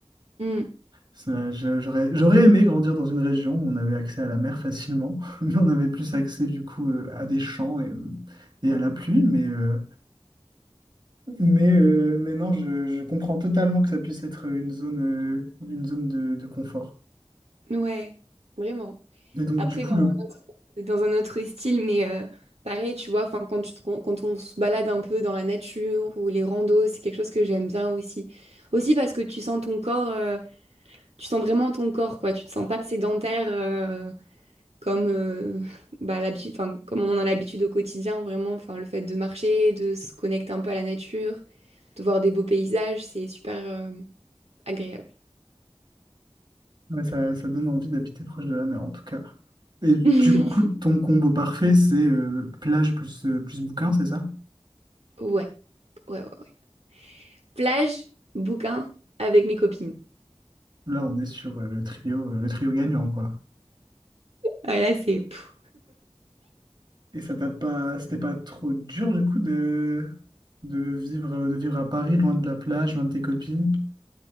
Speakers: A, on the right (about 80°); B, on the right (about 45°).
A: Mm.
B: ça- j'a- j'aurais, j'aurais aimé grandir dans une région où on avait accès à la mer facilement. <laughs> mais On avait plus accès, du coup, euh, à des champs et, et à la pluie. Mais, euh, mais, euh, mais non, je, je comprends totalement que ça puisse être une zone, euh, une zone de, de confort.
A: Ouais, vraiment.
B: Et donc,
A: Après,
B: du coup,
A: dans,
B: le
A: dans un autre style, mais euh, pareil, tu vois, enfin, quand tu te- quand on se balade un peu dans la nature ou les randos, c'est quelque chose que j'aime bien aussi. Aussi parce que tu sens ton corps, euh, tu sens vraiment ton corps, quoi. Tu te sens pas sédentaire. comme euh, bah, l'habitude, enfin, comme on en a l'habitude au quotidien, vraiment, enfin, le fait de marcher, de se connecter un peu à la nature, de voir des beaux paysages, c'est super euh, agréable.
B: Ouais, ça, ça donne envie d'habiter proche de la mer, en tout cas. Et
A: <laughs>
B: du coup, ton combo parfait, c'est euh, plage plus, euh, plus bouquin, c'est ça?
A: Ouais, ouais, ouais, ouais. Plage, bouquin, avec mes copines.
B: Là, on est sur euh, le trio, euh, le trio gagnant, quoi.
A: Ah, là, c'est... pff.
B: Et ça t'a pas, c'était pas trop dur, du coup, de, de vivre, euh, de vivre à Paris, loin de la plage, loin de tes copines.